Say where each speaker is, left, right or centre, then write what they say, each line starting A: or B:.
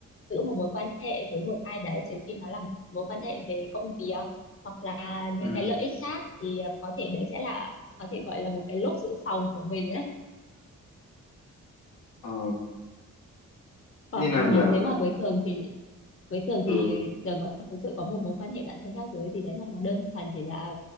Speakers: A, on the left (about 40°); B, on the left (about 80°).
A: giữ một mối quan hệ với một ai đấy trừ khi nó là mối quan hệ về công việc hoặc là những
B: ừ
A: cái lợi ích khác thì à, có thể đấy sẽ là có thể gọi là một cái lốp dự phòng của mình ấy
B: ờ,
A: còn
B: như nào nhở
A: à, nếu mà với Tường thì với Tường thì
B: ừ
A: Tường có thực sự có một mối quan hệ bạn thân khác giới thì đấy mà nó đơn thuần chỉ là